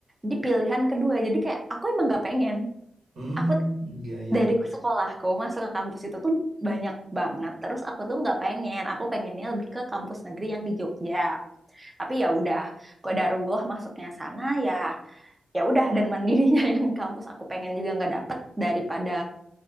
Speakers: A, on the right; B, on the right.
A: di pilihan kedua. Jadi kayak aku emang gak pengen.
B: Hmm
A: Aku
B: iya iya.
A: dari sekolahku masuk ke kampus itu tuh banyak banget. Terus aku tuh nggak pengen. Aku pengennya lebih ke kampus negeri yang di Jogja. Tapi ya udah, qadarullah masuknya sana ya. Ya udah dan mandirinya <laughs> yang kampus aku pengen juga nggak dapet daripada